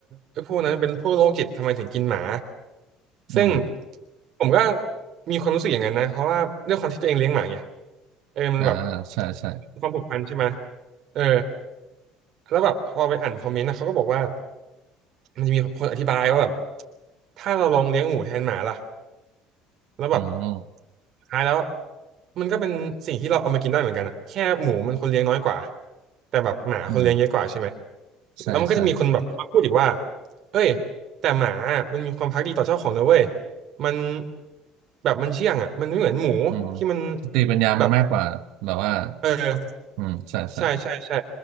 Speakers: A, on the right; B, on the right.
A: ไอ้พวกนั้นเป็นพวกโรคจิตทำไมถึงกินหมาซึ่ง
B: อืม
A: ผมก็มีความรู้สึกอย่างนั้นนะเพราะว่าด้วยความที่ตัวเองเลี้ยงหมาไงเออมันแบบ
B: อ่าใช่ใช่
A: มีความผูกพันใช่ไหมเออ แล้วแบบพอไปอ่านคอมเมนต์นะเขาก็บอกว่ามันจะมีคนอธิบายว่าแบบถ้าเราลองเลี้ยงหมูแทนหมาล่ะแล้วแบบ
B: อืม
A: สุดท้ายแล้วมันก็เป็นสิ่งที่เราเอามากินได้เหมือนกันอะแค่หมูมันคนเลี้ยงน้อยกว่าแต่แบบหมาคนเลี้ยงเยอะกว่าใช่ไหม
B: อืมใช่ใช่
A: แล้วมันก็จะมีคนแบบมาพูดอีกว่าเอ้ยแต่หมามันมีความภักดีต่อเจ้าของนะเว้ยมันแบบมันเชื่องอ่ะมันไม่เหมือนหมูที่มัน
B: อืมสติปัญญามันมากกว่าแบบว่า
A: แบบเออ
B: อืมใช่ใช่
A: ใช่ใช่ใช่